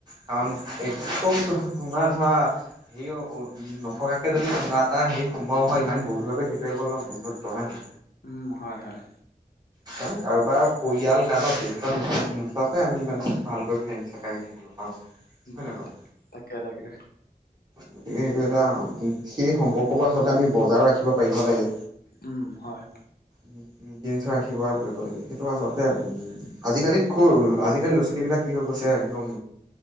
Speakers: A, on the right (about 25°); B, on the left (about 80°).
A: কাৰণ কম তোমাৰ ধৰা সেই অ ঔ উম নথকাকে যদি তোমাৰ এটা সেই সম্ভৱ হয় ইমান গভীৰভাৱে কেতিয়াও গলপ বন্ধুত্ব হয় নে নহয়
B: উম হয় হয়
A: আও কাৰোবাৰ পৰিয়াল কাৰোবাৰ বেগগাউন নোচোৱাকে আমি মানে ভালকৈ ফ্ৰে হিচাকে আমি থাকিব পাৰো
B: উম
A: হয় নাই বাৰু
B: তাকে তাকে তাকে
A: গতিকে সেইটো এটা উ সেই সম্পৰ্ক বোৰ আচলতে আমি বজাইও ৰাখিব পাৰিব লাগে
B: উম হয়
A: উম উম গন্থ কিবা কৰিব লাগে সেইটো আচলতে উম আজিকালি সউ আজিকালি ল'ৰা ছোৱালীবিলাক কি হৈ গৈছে একদম